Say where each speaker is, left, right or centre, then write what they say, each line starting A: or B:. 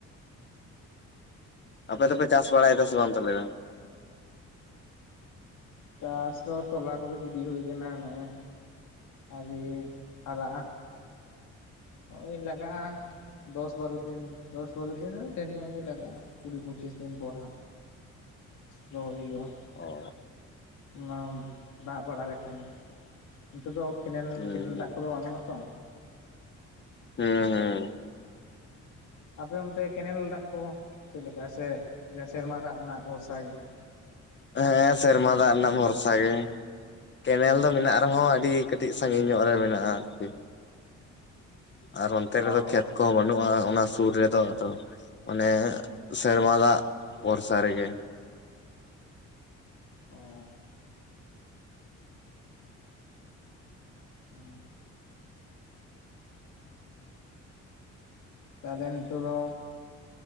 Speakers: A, on the left; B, on the left.
A: ᱟᱯᱮ ᱫᱚᱯᱮ ᱪᱟᱥ ᱵᱟᱲᱟᱭᱮᱫᱟ ᱥᱮ ᱵᱟᱝ ᱛᱟᱦᱞᱮ
B: ᱪᱟᱥ ᱫᱚ ᱛᱚᱞᱟ ᱠᱚᱫᱚ ᱜᱤᱰᱤ ᱦᱩᱭ ᱟᱠᱟᱱᱟ ᱱᱮᱜ ᱮ ᱟᱨᱤ ᱦᱟᱨᱟᱜᱼᱟ ᱳᱭ ᱞᱟᱜᱟᱜᱼᱟ ᱫᱚᱥ ᱵᱟᱨᱚ ᱫᱤᱱ ᱫᱚᱥ ᱵᱟᱨᱚ ᱫᱤᱱ ᱫᱚ ᱰᱷᱮᱨ ᱧᱚᱜ ᱜᱮ ᱞᱟᱜᱟᱜᱼᱟ ᱠᱩᱲᱤ ᱯᱚᱪᱤᱥ ᱫᱤᱱ ᱯᱚᱨ ᱦᱟᱸᱜ ᱨᱚᱦᱚᱭ ᱦᱩᱭᱩᱜᱼᱟ
A: ᱚ
B: ᱚᱱᱟ ᱫᱟᱜ ᱵᱟᱲᱟ ᱞᱮᱠᱷᱟᱱᱮ ᱚᱱᱛᱮ ᱫᱚ ᱠᱮᱱᱮᱞ
A: ᱦᱩᱸ
B: ᱠᱮᱱᱮᱞ
A: ᱦᱩᱸ
B: ᱫᱟᱜ ᱠᱚᱫᱚ ᱵᱟᱹᱱᱩᱜᱼᱟ ᱛᱚ
A: ᱦᱮᱸ ᱦᱮᱸ
B: ᱟᱯᱮ ᱚᱱᱛᱮ ᱠᱮᱱᱮᱞ ᱫᱟᱜ ᱠᱚ ᱪᱮᱫ ᱞᱮᱠᱟ ᱥᱮ ᱥᱮᱨᱢᱟ ᱫᱟᱜ ᱨᱮᱱᱟᱜ ᱵᱷᱚᱨᱥᱟ ᱜᱮ
A: ᱦᱮᱸ ᱥᱮᱨᱢᱟ ᱫᱟᱜ ᱨᱮᱱᱟᱜ ᱵᱷᱚᱨᱥᱟ ᱜᱮ ᱠᱮᱱᱮᱞ ᱫᱚ ᱢᱮᱱᱟᱜ ᱨᱮᱦᱚᱸ ᱟᱹᱰᱤ ᱠᱟᱹᱴᱤᱡ ᱥᱟᱺᱜᱤᱧ ᱧᱚᱜ ᱨᱮ ᱢᱮᱱᱟᱜᱼᱟ ᱟᱨᱠᱤ ᱟᱨ ᱚᱱᱛᱮ
B: ᱚ
A: ᱨᱮᱫᱚ ᱠᱷᱮᱛ ᱠᱚᱦᱚᱸ ᱵᱟᱹᱱᱩᱜᱼᱟ ᱚᱱᱟ ᱥᱩᱨ ᱨᱮᱫᱚ ᱟᱫᱚ ᱚᱱᱮ ᱥᱮᱨᱢᱟ ᱫᱟᱜ ᱵᱷᱚᱨᱥᱟ ᱨᱮᱜᱮ
B: ᱚ <unintelligible> ᱛᱟᱦᱚᱞᱮ ᱱᱤᱛᱚᱜ ᱫᱚ